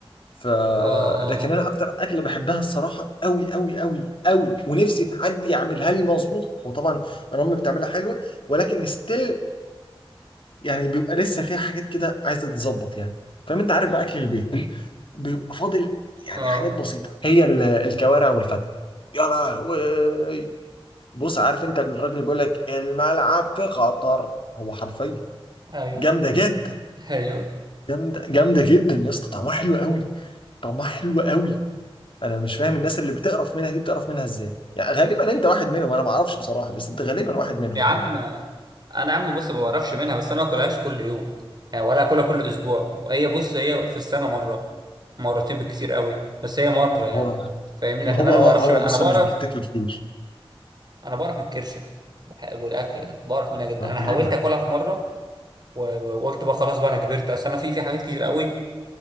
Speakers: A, on the left; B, on the right.
A: ف
B: اه اه
A: لكن
B: اه
A: انا اكتر اكله بحبها الصراحه قوي قوي قوي قوي ونفسي حد يعملها لي مظبوط هو طبعا انا امي بتعملها حلوه ولكن ستيل يعني بيبقى لسه فيها حاجات كده عايزه تتظبط يعني فاهم انت عارف بقى اكل البيت بيبقى فاضل يعني
B: اه
A: حاجات بسيطه هي ال- الكوارع والفتة يا لهوي بص عارف انت الراجل بيقول لك الملعب في خطر هو حرفيا
B: ايوه
A: جامده جدا
B: ايوه
A: جامده جامده جدا يا اسطى طعمها حلو قوي طعمها حلو قوي انا مش فاهم الناس اللي بتقرف منها دي بتقرف منها ازاي يعني غالبا انت واحد منهم انا ما اعرفش بصراحه بس انت غالبا واحد منهم
B: يا عم
A: يعني
B: انا يا عم بص ما بعرفش منها بس انا ما باكلهاش كل يوم يعني ولا اكلها كل اسبوع هي بص هي في السنه مره مرتين بالكتير قوي بس هي مره يعني
A: هو
B: فاهمني لكن
A: ما هو
B: انا
A: اه
B: ما بعرفش
A: هو
B: من... انا
A: بص
B: بعرف
A: انا مش بتتاكل كتير
B: انا بعرف من الكرشه والاكل ده بعرف منها جدا
A: ما
B: انا
A: كلنا
B: حاولت اكلها في مره و- وقلت بقى خلاص بقى انا كبرت اصل انا في في حاجات كتير قوي